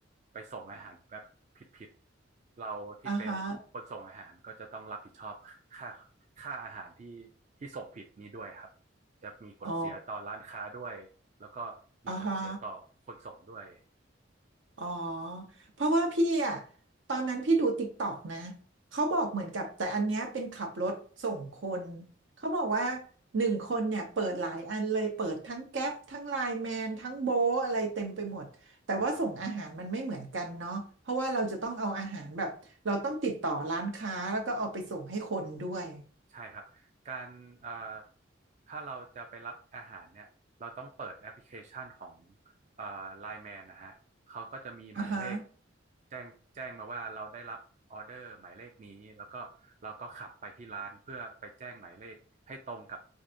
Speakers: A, on the right; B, on the right.
A: ไปส่งอาหารแบบผิดๆเราที่เป็นคนส่งอาหารก็จะต้องรับผิดชอบค่า
B: อ่าฮะ
A: ค่าอาหารที่ที่ส่งผิดนี้ด้วยครับ จะมีผลเสียต่อร้านค้าด้วยแล้วก็มีผลเสียต่อคนส่งด้วย
B: อ๋ออ่าฮะอ๋อเพราะว่าพี่อ่ะตอนนั้นพี่ดูติ๊กต็อกนะเขาบอกเหมือนกับแต่อันเนี้ยเป็นขับรถส่งคนเขาบอกว่า
A: ครับ
B: หนึ่งคนเนี่ยเปิดหลายอันเลยเปิดทั้งแก๊ปทั้งไลน์แมนทั้งโบทอะไรเต็มไปหมดแต่ว่าส่งอาหารมันไม่เหมือนกันเนาะเพราะว่าเราจะต้องเอาอาหารแบบเราต้องติดต่อร้านค้าแล้วก็เอาไปส่งให้คนด้วย
A: อืม ใช่ครับการเอ่อถ้าเราจะไปรับอาหารเนี่ยเราต้องเปิดแอปพลิเคชันของเอ่อไลน์แมนนะฮะเขาก็จะมีหมายเลข
B: อ่าฮะ
A: แจ้งแจ้งมาว่าเราได้รับออเดอร์หมายเลขนี้แล้วก็เราก็ขับไปที่ร้านเพื่อไปแจ้งหมายเลขให้ตรงกับ